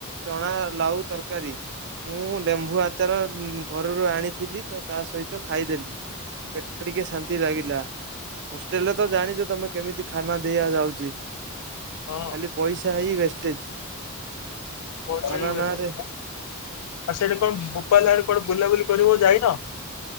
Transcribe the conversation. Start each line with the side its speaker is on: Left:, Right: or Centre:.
Right: ଚଣା ଲାଉ ତରକାରୀ। ମୁଁ ଡେମ୍ବୁ ଆଚାର ଘରରୁ ଆଣିଥିଲି, ତ ତା ସହିତ ଖାଇଦେଲି। ପେଟ ଟିକେ ଶାନ୍ତି ଲାଗିଲା। ହଷ୍ଟେଲରେ ତ ଜାଣିଛ ତମେ କେମିତି ଖାନା ଦିଆ ଯାଉଚି,
Left: ହଁ
Right: ଖାଲି ପଇସା ହିଁ ୱେଷ୍ଟେଜ।
Left: ପଇସା
Right: ଖାନା
Left: ହିଁ ୱଷ୍ଟେଜ୍।
Right: ନାଁରେ
Left: ଆ ସେଠି କଣ ଫୋପାଡ଼ିଲା ବେଳକୁ କୁଆଡ଼େ ବୁଲାବୁଲି କରିବାକୁ ଯାଇନ?